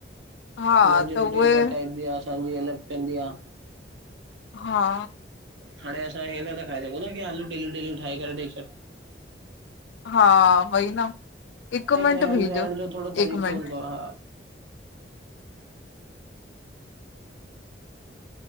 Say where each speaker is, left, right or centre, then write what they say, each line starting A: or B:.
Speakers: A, on the left; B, on the right.
A: हा
B: हुनन जी
A: त
B: रोटी
A: उहे
B: अलॻ टाइप जी आ असांजी अलॻ पवंदी आ।
A: हा!
B: हाणे असां हे नथा खाई सघूं ना की आलू डेलि डेलि ठाहे करे ॾई छॾ।
A: हा वई न हिक
B: ऐं
A: मिंट
B: रहण
A: बीजो
B: सहण जो थोरो
A: हिक
B: तरीक़ो
A: मिंट।
B: हूंदो हा!